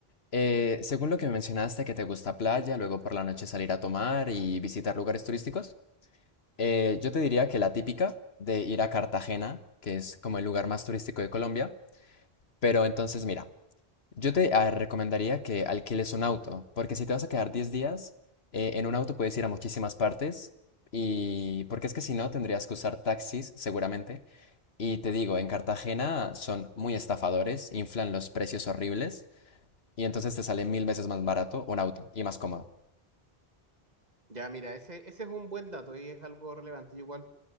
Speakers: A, on the left; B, on the right.
A: eh, según lo que me mencionaste, que te gusta playa, luego por la noche salir a tomar y visitar lugares turísticos, eh, yo te diría que la típica de ir a Cartagena, que es como el lugar más turístico de Colombia, pero entonces mira. Yo te a recomendaría que alquiles un auto, porque si te vas a quedar 10 días, eh, en un auto puedes ir a muchísimas partes, y porque es que si no tendrías que usar taxis seguramente. Y te digo, en Cartagena son muy estafadores, inflan los precios horribles, y entonces te sale mil veces más barato un auto y más cómodo.
B: Ya, mira, ese, ese es un buen dato y es algo relevante. Yo igual